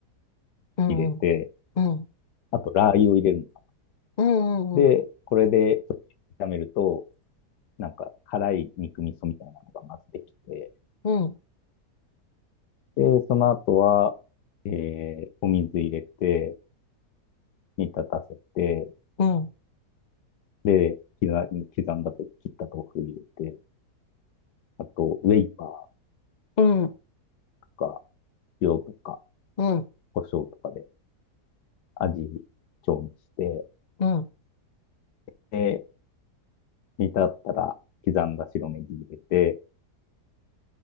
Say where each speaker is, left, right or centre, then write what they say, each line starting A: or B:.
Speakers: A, on the left; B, on the left.
A: うん、
B: 入れて、
A: うん、うん、
B: あとラー油を入れるのか。
A: うん、
B: で、
A: うん、
B: これでちょっと炒めると、なんか辛い肉味噌みたいなのがまずできて、
A: うん、
B: で、その後は、えー、お水入れて、煮立たせて、
A: うん、
B: で、刻んだと切った豆腐入れて、あと、ウェイパー
A: うん、
B: とか、塩とか、
A: うん、うん、
B: 胡椒とかで味調にして、
A: うん、
B: で、煮立ったら刻んだ白ネギ入れて、